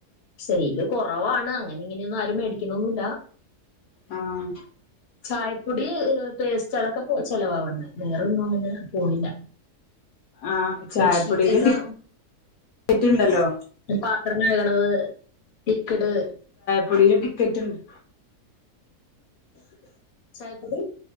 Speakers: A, on the left; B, on the left.
A: സെല് കുറവാണ് അങ്ങനെ ഇങ്ങനെയൊന്നും ആരുമേടിക്കുന്നൊന്നുമല്ല
B: ആഹ്
A: ചായപ്പൊടി പേസ്റ്റ് അതൊക്കെ ചെലവാവണ്ട് വേറെൊന്നും അങ്ങനെ പോണില്ല
B: ആഹ് ചായപ്പൊടിയില്
A: ബെഡ് ഷീറ്റ് ഒക്കെ
B: ടിക്കറ്റ് ഉണ്ടല്ലോ
A: പാത്രം കഴുകിണതു ലിക്യുദ്
B: പൊടിൽ ടിക്കറ്റ് ഉണ്ട്
A: ചായപ്പൂടി